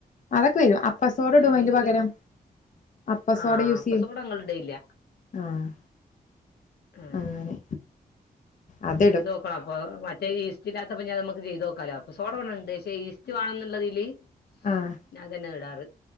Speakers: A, on the left; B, on the left.
A: അതൊക്കെ വരും അപ്പസോട ഇടും
B: ഏ
A: അയിന്റെ
B: പൊന്തി
A: പകരം
B: വരും
A: അപ്പസോട
B: ആ
A: യൂസ്
B: അപ്പ
A: ചെയ്യും
B: സോഡ ഇങ്ങളിടലില്ല
A: ആഹ്
B: ഏ
A: അങ്ങനെ അതിടും
B: ചെയ്ത് നോക്കണപ്പൊ ഇസ്റ്റില്ലാത്തപ്പോ ഞാൻ ഇതിമ്മക്ക് ചെയ്ത് നോക്കാലോ അപ്പസോഡാ ഇവടെണ്ട് ക്ഷേ ഈസ്റ്റ് വാണ ന്ന്ള്ളതില്
A: ആഹ്
B: ഞാതന്നെ ഇടാറ്